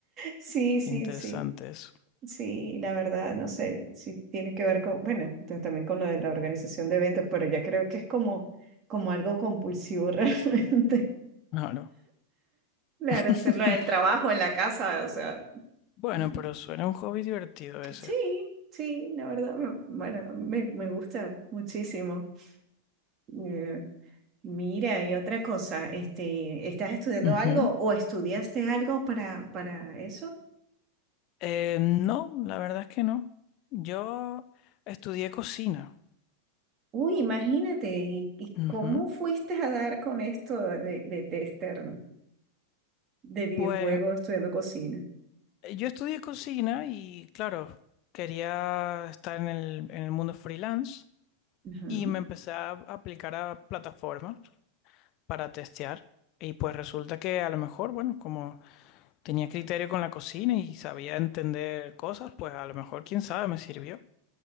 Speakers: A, on the right; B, on the left.
A: Sí, sí,
B: qué interesante
A: sí,
B: eso.
A: sí, la verdad, no sé si tiene que ver con, bueno, t- también con lo de la organización de eventos, pero ya creo que es como, como algo compulsivo <laughs> realmente.
B: Claro.
A: Claro,
B: <laughs>
A: hacerlo en el trabajo, en la casa, o sea,
B: Bueno,
A: mm,
B: pero suena un hobby divertido ese.
A: sí, sí, la verdad, me- bueno, me, me gusta muchísimo. Eh, mira, y otra cosa, este, ¿estás estudiando
B: Ujú.
A: algo o estudiaste algo para, para eso?
B: Eh, no, la verdad es que no. Yo estudié cocina.
A: Uy, imagínate, ¿y, y
B: Ujú.
A: cómo fuiste a dar con esto de, de tester de videojuegos
B: Pues
A: estudiando cocina?
B: eh, yo estudié cocina y claro, quería estar en el, en el mundo freelance
A: Ajá.
B: y me empecé a aplicar a plataformas para testear. Y pues resulta que a lo mejor, bueno, como tenía criterio con la cocina y sabía entender cosas, pues a lo mejor, quién sabe, me sirvió.